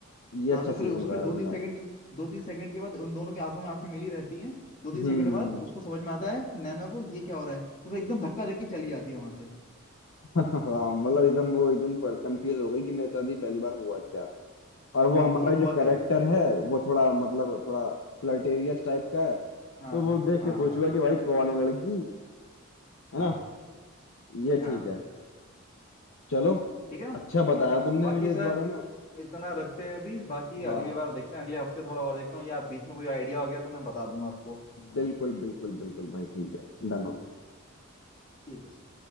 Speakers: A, on the left; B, on the left.
A: ये
B: हाँ
A: अच्छा
B: तो फिर
A: सीन
B: उसके
A: बताया
B: दो
A: तुमने
B: तीन सेकंड के दो तीन सेकंड के बाद उन दोनों की आंखों में आंखें मिली रहती हैं दो तीन
A: हम्म
B: सेकंड बाद उसको समझ में आता है कि नैना को ये क्या हो रहा है तो वो एकदम धक्का देके चली जाती है वहां से
A: <laughs> हाँ मतलब एकदम वो एकदम पर कंफ्यूज हो गई कि मेरे साथ ही पहली बार हुआ क्या और
B: हाँ
A: वो हमारा
B: ये हुआ
A: जो
B: क्या
A: करेक्टर
B: है
A: है वो थोड़ा मतलब थोड़ा फ्लर्टेरियस टाइप का है तो
B: हाँ
A: वो देख
B: हाँ
A: के खुश
B: हाँ
A: हुआ कि भाई कौन है लड़की है
B: हाँ
A: ना ये
B: हाँ
A: ठीक है चलो
B: ठीक है ना
A: अच्छा बताया तुमने
B: बाकी
A: मुझे
B: सर
A: इस बारे में
B: इतना रखते हैं अभी बाकी
A: हाँ
B: अगली बार देखते हैं अगले हफ्ते थोड़ा और देखता हूँ या बीच में कोई आइडिया आ गया तो मैं बता दूंगा आपको
A: बिल्कुल बिल्कुल बिल्कुल भाई ठीक है डन हो गया
B: ठीक है सर